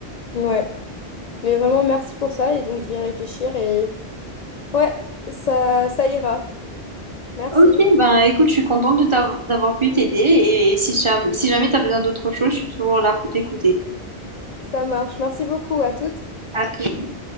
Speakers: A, on the left (about 55°); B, on the right (about 30°).
A: Ouais. Mais vraiment merci pour ça et donc je vais y réfléchir et ouais, ça ça ira. Merci.
B: Ok, ben écoute, je suis contente de t'av- d'avoir pu t'aider et si jamais, si jamais t'as besoin d'autre chose, je suis toujours là pour t'écouter.
A: Ça marche. Merci beaucoup à toutes.
B: À tout.